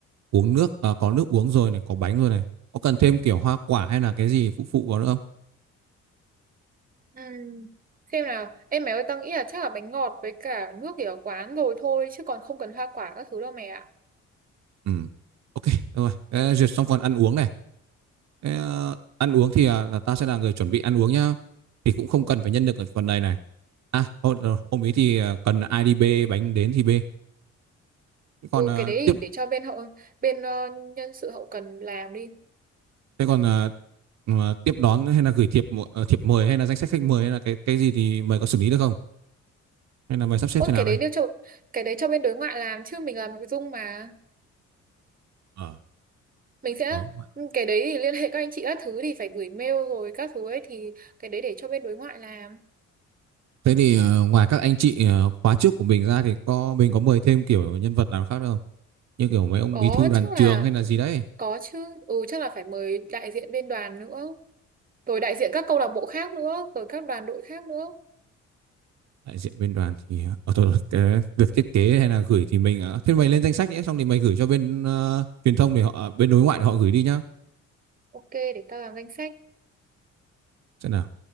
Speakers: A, on the right; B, on the right.
A: uống nước à, có nước uống rồi này có bánh rồi này có cần thêm kiểu hoa quả hay là cái gì phụ phụ vào nữa không
B: Ừm, xem nào em mẹ ơi tao nghĩ là chắc là bánh ngọt với cả nước thì ở quán rồi thôi chứ còn không cần hoa quả các thứ đâu mẹ ạ
A: Ừ. Ok, được rồi. Thế duyệt xong phần ăn uống này. Thế, ờ, ăn uống thì à, là ta sẽ là người chuẩn bị ăn uống nhá. Thì cũng không cần phải nhân lực ở phần này này. À, hôm, rồi, hôm ý thì à, cần ai đi bê bánh đến thì bê. Thế còn
B: ừ
A: à,
B: cái đấy thì
A: tiếp
B: để cho bên hậu bên ờ, nhân sự hậu cần làm đi
A: thế còn à, mà tiếp đón hay là gửi thiệp mu- ờ, thiệp mời hay là danh sách khách mời hay là cái cái gì thì mày có xử lý được không? Hay là mày sắp xếp
B: ôi
A: thế nào
B: cái đấy
A: đây?
B: đưa cho cái đấy cho bên đối ngoại làm chứ mình làm nội dung mà
A: ờ
B: mình sẽ
A: ừ. đúng rồi.
B: cái đấy thì liên hệ các anh chị các thứ thì phải gửi mail rồi các thứ ấy thì cái đấy để cho bên đối ngoại làm
A: Thế thì ờ, ngoài các anh chị ờ, khóa trước của mình ra thì có mình có mời thêm kiểu nhân vật nào khác nữa không? Như kiểu mấy ông
B: có
A: bí thư đoàn
B: chắc
A: trường
B: là
A: hay là gì đấy.
B: có chứ ừ chắc là phải mời đại diện bên đoàn nữa rồi đại diện các câu lạc bộ khác nữa rồi các đoàn đội khác nữa
A: đại diện bên đoàn thì ở thôi, cái việc thiết kế hay là gửi thì mình ờ, thế mày lên danh sách nhé xong thì mày gửi cho bên ờ, truyền thông để họ ờ, bên đối ngoại để họ gửi đi nhá
B: Ok, để tao làm danh sách.
A: thế nào